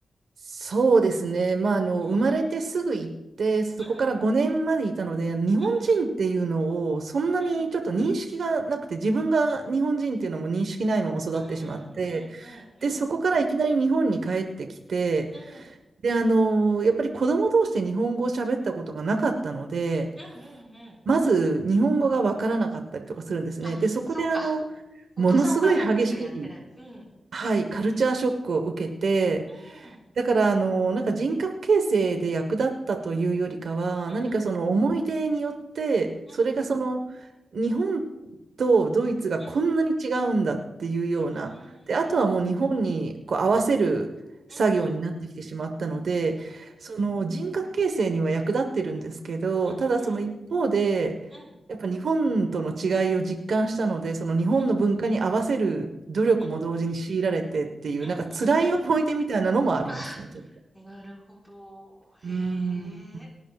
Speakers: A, on the right; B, in the centre.
A: そうですね。まあ、あの、
B: うん、うん、
A: 生まれてすぐ行って、そこから5年までいたので、
B: うん、
A: 日本人っていうのを、
B: うん、
A: そんなにちょっと認識がなくて、
B: うん、
A: 自分が日本人っていうのも認識ないまま育ってしまって、
B: うん、うん、うん、うん、
A: で、そこからいきなり日本に帰ってきて、
B: うん、うん、
A: で、あの、やっぱり子供同士で日本語を喋ったことがなかったので、
B: うん、うん。
A: まず日本語がわからなかったりとかするんですね。
B: あ、
A: で、そこであの、
B: そっか。お父さんお母さんとしかやってない。
A: ものすごい激しい、
B: うん、うん、
A: はい、カルチャーショックを受けて、
B: うん、
A: だから、あの、なんか人格形成で役立ったというよりかは、
B: うん、
A: 何かその思い出によって、
B: うん、
A: それがその、日本とドイツがこんなに違うんだっていうような、
B: うーん、うん、
A: で、あとはもう日本にこう合わせる作業になってきてしまったので、
B: うん、うーん、うん、うん、
A: その人格形成には役立ってるんですけど、
B: うん、
A: ただその一方で、
B: うん、うん、
A: やっぱ日本との違いを実感したので、その日本の文化に合わせる努力も同時に強いられてっていう、
B: うん、うん、うん、うん。
A: なんか辛い思い出みたいなのもありますね、
B: あ
A: ちょっと。
B: なるほど。
A: うーん。
B: へえ。